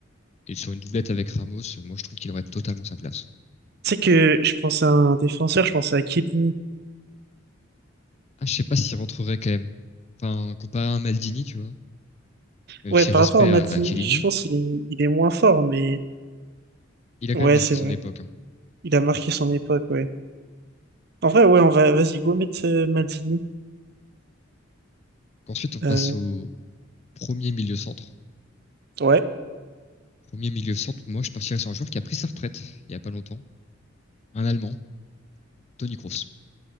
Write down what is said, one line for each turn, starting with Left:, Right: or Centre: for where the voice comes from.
Left: Et sur une doublette avec Ramos, euh, moi je trouve qu'il aurait totalement sa place.
Right: Tu sais que je pense à un défenseur, je pense à Chiellini.
Left: Ah, je sais pas s'il rentrerait quand même. Enfin, comparé à un Maldini, tu vois, même
Right: Ouais,
Left: si
Right: par
Left: respect
Right: rapport à Maldini,
Left: à, à Chiellini,
Right: je pense qu'il est, il est moins fort, mais
Left: il a quand
Right: ouais,
Left: même marqué
Right: c'est
Left: son
Right: vrai.
Left: époque. hein.
Right: Il a marqué son époque, ouais. En vrai, ouais, on va, vas-y, go mettre euh, Maldini.
Left: Donc ensuite, on passe
Right: Euh,
Left: au premier milieu centre.
Right: ouais.
Left: Premier milieu centre, moi, je partirais sur un joueur qui a pris sa retraite il y a pas longtemps, un Allemand, Toni Kroos.